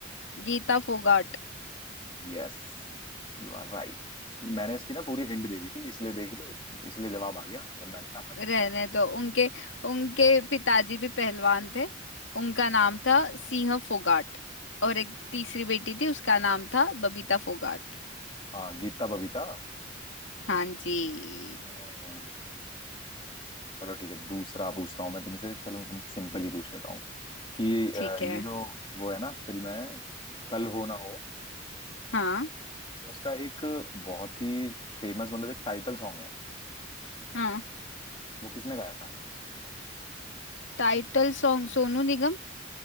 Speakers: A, on the left; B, on the left.
A: गीता फोगाट
B: Yes you are right मैंने इसकी ना पूरी हिंट दे दी थी इसलिए देख रही हो इसलिए जवाब आ गया वरना नहीं आना था
A: रहने दो उनके उनके पिताजी भी पहलवान थे उनका नाम था सिंह फोगाट और एक तीसरी बेटी थी उसका नाम था बबीता फोगाट
B: हाँ गीता बबीता
A: हाँ जी
B: हम्म चलो ठीक है दूसरा पूछता हूँ मैं तुमसे चलो मैं तुमसे सिंपल ही पूछ लेता हूँ कि अ,
A: ठीक है
B: ये जो वो है ना फिल्म है कल हो ना हो
A: हाँ
B: उसका एक बहुत ही फेमस मतलब एक टाइटल सॉन्ग है
A: हाँ
B: वो किसने गाया था
A: Title song Sonu Nigam